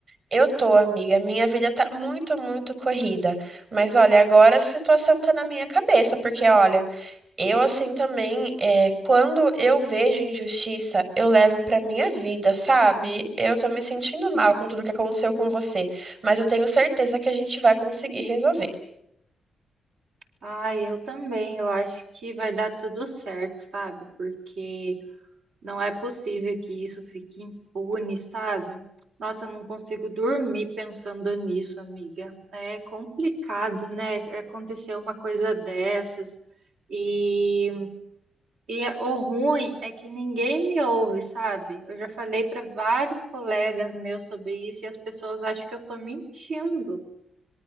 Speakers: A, on the right; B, on the right.
A: Eu tô, amiga, minha vida tá muito, muito corrida. Mas olha, agora a situação tá na minha cabeça, porque olha, Eu, assim, também, é, quando eu vejo injustiça, eu levo pra minha vida, sabe? Eu tô me sentindo mal
B: Uhum.
A: com tudo que aconteceu com você, mas eu tenho certeza que a gente vai conseguir resolver.
B: Ai, eu também, eu acho que vai dar tudo certo, sabe? Porque não é possível que isso fique impune, sabe? Nossa, eu não consigo dormir pensando nisso, amiga. É complicado, né? Acontecer uma coisa dessas. E E é- o ruim é que ninguém me ouve, sabe? Eu já falei para vários colegas meus sobre isso e as pessoas acham que eu tô mentindo.